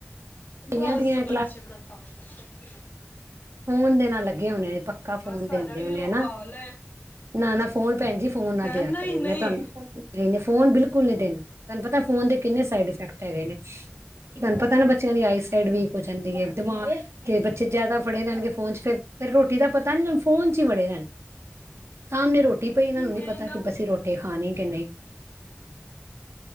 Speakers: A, on the right; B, on the left.
A: ਕਈਆਂ
B: ਬਸ
A: ਦੀਆਂ
B: ਬੱਚੇ ਬੜਾ ਤੰਗ ਕਰਦੇ ਨ। <unintelligible>
A: ਫੋ ਦੇ ਨਾ ਲ, <unintelligible> ਪੱਕਾ ਫੋਨ
B: ਸਾਡਾ
A: ਦੇਂਦੇ
B: ਵੀ
A: ਹੋਨੇ
B: ਉਹ
A: ਆ ਹਨਾ
B: ਹਾਲ ਹੈ
A: ਨਾ, ਨਾ ਫੋਨ ਭੈਨਜੀ ਫੋਨ ਨਾ
B: ਹੈਂ
A: ਦੇਆ
B: ਨਹੀਂ
A: ਕਰੋ ਮੈਂ
B: ਨਹੀਂ
A: <unintelligible> <unintelligible> ਫੋਨ ਬਿਲਕੁਲ ਨੀ ਦੇਨਾ ਤੈਨ ਪਤਾ, ਫੋਨ ਦੇ ਕਿੰਨੇ ਸਾਈਡ ਇਫੈਕਟ ਹੈਗੇ ਨੇ ਧਾਨੂ ਪਤਾ ਨਾ ਬੱਚੇਆਂ ਦੀ ਆਈ ਸਾਈੜ ਵੀਕ <unintelligible> ਦਿਮਾਖ ਤੇ ਬੱਚੇ ਜਿਆਦਾ ਵੜੇ ਰੈਨਗੇ ਫੋਨ ਚ ਫੇਰ ਰੋਟੀ ਦਾ ਪਤਾ ਨੀ, <unintelligible> ਫੋਨ ਚ ਈ ਵੜੇ ਰੈਨ ਸਾਹਮਣੇ ਰੋਟੀ <unintelligible> ਏਨਾਂ
B: ਨਹੀਂ
A: ਨੂੰ ਨਈ
B: ਮੈਂ
A: ਪਤਾ,
B: ਨਾ
A: ਕਿ ਬਸੀ ਰੋਟੀ ਖਾਨੀ ਕੇ ਨਹੀ।